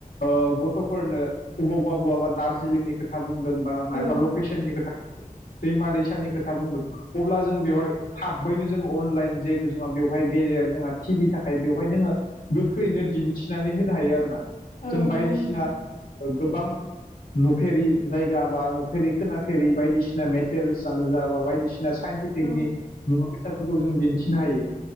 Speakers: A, on the left; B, on the left.
A: ओ गथ'फोरनो बबावबा बवाबा दार्जिलिंनि खोथा बुंदों बा
B: औ
A: मायबा लकेसननि खोथा दैमा दैसानि खोथा बुंदों अब्ला जों बेवहाय थाबैनो जों अनलाइन जिहेथु जोंहा बेव बेवहाय गेजेर जोंहा टिभि थाखाय बेवहाय जोङो गोख्रैनो दिन्थिनानै होनो हायो आरोना।
B: औ
A: जों
B: नंगौ
A: बायदिसिना
B: नोंथां
A: गोबां नुफेरि जायगा बा नुफेरि खोनाफेरि बायदिसिना मेटेरेल्सआनो जा बा बायदिसिना साइन्टिफि
B: औ
A: कनि मुवा बेसादफोरखौ जों दिन्थिनो हायो